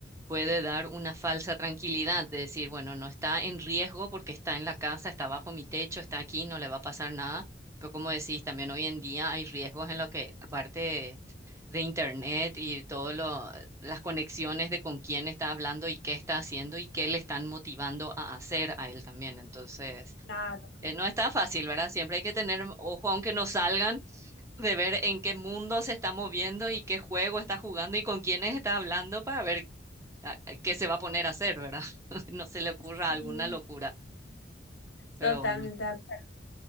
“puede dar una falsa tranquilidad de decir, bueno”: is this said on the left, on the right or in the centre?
Right